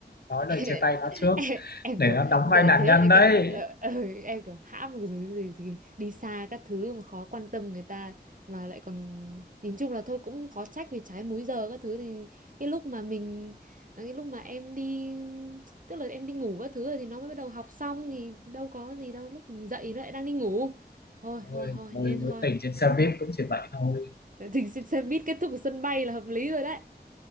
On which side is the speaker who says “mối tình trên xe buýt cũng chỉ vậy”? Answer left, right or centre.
Left